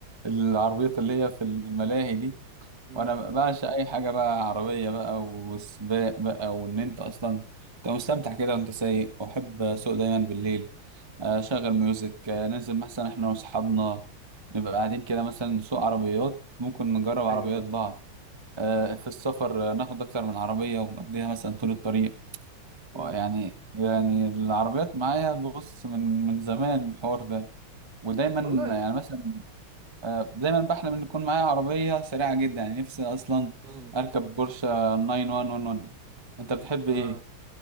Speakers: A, on the right; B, on the right.
A: العربيات اللي هي في الملاهي دي
B: امم
A: وانا بعشق اي حاجه بقى عربيه بقى وسباق بقى وان انت اصلا انت مستمتع كده وانت سايق واحب اسوق دايما بالليل اشغل ميوزك آه، ننزل مثلا احنا واصحابنا نبقى قاعدين كده مثلا نسوق عربيات ممكن نجرب عربيات
B: ايوه
A: بعض آه، في السفر آه، ناخد أكتر من عربية ونقضيها مثلا طول الطريق
B: امم
A: يعني يعني العربيات معايا بص من من زمان الحوار ده ودايما
B: والله
A: يعني مثلا آه، دايما بحلم إن يكون معايا عربية سريعة جدا يعني نفسي أصلا
B: امم
A: أركب بورشة 911 أنت بتحب
B: آه.
A: إيه؟